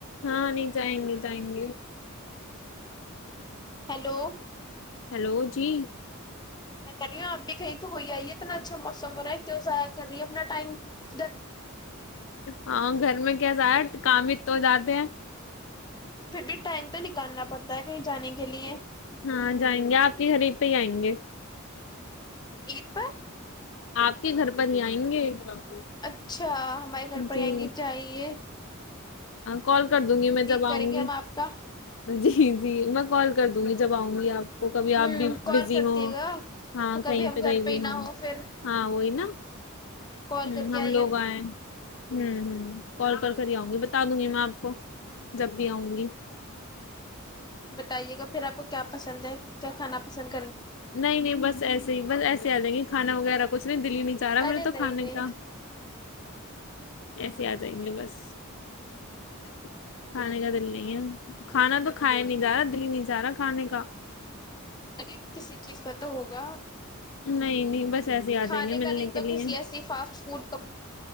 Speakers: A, on the left; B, on the left.
A: ہاں نہیں جائیں گے جائیں گے <unintelligible>
B: ہیلو <unintelligible>
A: ہلو جی
B: میں کہ کر رہی ہوں آپ بھی کہیں تو ہو ہی آئیے اتنا اچھا موسم ہو رہا ہے کیوں ضائع کر رہی ہے اپنا ٹائم <unintelligible>
A: ہاں گھر میں کیا زا <unintelligible> کام ا تو جاتد ہیں <unintelligible>
B: پھر بھی ٹائم <unintelligible> تو نکالنا پڑتا ہے کہیں جانے کے لیے <unintelligible>
A: ہاں جائیں گے آپ کی گرید پہ ہی آئیں گے <unintelligible>
B: عید پر <unintelligible>
A: آپ کے گھر پر ہی آئیں گے <unintelligible>
B: اچھا <unintelligible> ہمارے گھر پر
A: جی
B: آئیں گے چاہیے <unintelligible>
A: کال کر دوں گی میں جب
B: کریں
A: آؤں
B: گے
A: گی
B: ہم آپ کا
A: جی <unintelligible> جی جی میں کال کر دوں گی جب آؤں گی آپ <unintelligible> کو کبھی
B: ہوں
A: آپ بھی
B: کال
A: بزی
B: کر
A: ہ
B: دیے گا
A: ہاں
B: کبھی
A: کہیں
B: ہم
A: پہ کہیں
B: گھر
A: بھی
B: ہی نہ
A: ہ
B: ہو پھر
A: ہاں وہی نا
B: کال
A: ہ
B: کر کے
A: ہم
B: آئیے
A: لوگ آئے <unintelligible> ہ ہ کال پر کر آؤں <unintelligible> بتا دوں گی میں آپ کو جب بھی آؤں گی <unintelligible>
B: بتائیے گا پھر آپ کو کیا پسند ہے کیا کھانا پسند ہے <unintelligible>
A: نہیں نہیں بس ایسے ہی بس ایسے آ لیں گے کھا وغیرہ کھ <unintelligible> اس دلی نہیں چاہ رہا
B: ارے
A: میرے تو
B: نہیں
A: کھانے
B: نہیں
A: کا <unintelligible> ایسے آ جائیں گے بس کھانے کا دل نہیں ہے کھانا تو کھایا نہیں جا رہا دل ہی نہیں جا رہا کھانے کا <unintelligible>
B: ارے کسی چیز کا تو ہوگا <unintelligible>
A: نہیں نہیں بس ایسے ہی آ
B: کھانے
A: جائیں گے ملنے
B: کا نہیں تو
A: کے لیے
B: کسی ایسی فاسٹ فوڈ کا